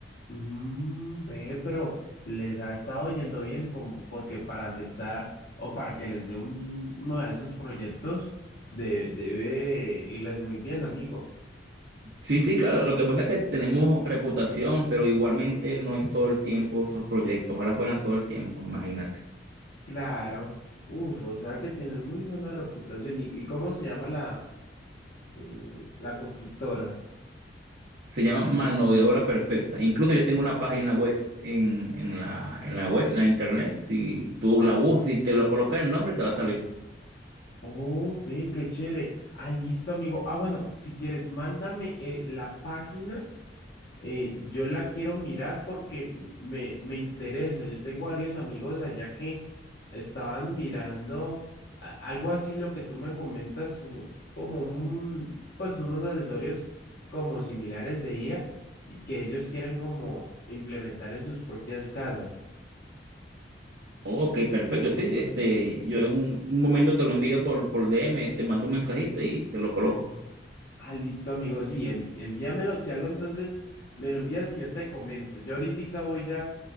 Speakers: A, on the left; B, on the right.
A: Mm, ve, pero les ha estado yendo bien como porque para aceptar o para que les dé un- uno de esos proyectos de- debe irles muy bien, amigo.
B: Sí, sí, claro, lo que pasa es que tenemos reputación, pero igualmente no es todo el tiempo esos proyectos, ojalá fueran todo el tiempo, imagínate.
A: Claro. Uf, o sea que tiene muy buena reputación. ¿Y, y cómo se llama la, eh, la constructora?
B: Se llama mano de obra perfecta. Incluso yo tengo una página web en, en la, en la web, en la internet. Si tú la buscas, si te lo colocas el nombre, te va a salir.
A: Oh, ve, qué chévere. Ah, listo, amigo. Ah, bueno, si quieres, mándame eh, la página. eh, yo la quiero mirar porque me, me interesa. Yo tengo varios amigos allá que estaban mirando a- algo así, lo que tú me comentas, su- como un, pues unos accesorios como similares de IA y que ellos quieren como implementar en sus propias casas.
B: Ok, perfecto. Sí, este, yo en un, un momento te lo envío por, por D M. te mando un mensajito y te lo coloco.
A: Ah, listo, amigo. Sí, en- envíamelo. Si algo, entonces me lo envías y yo te comento. Yo ahorita voy a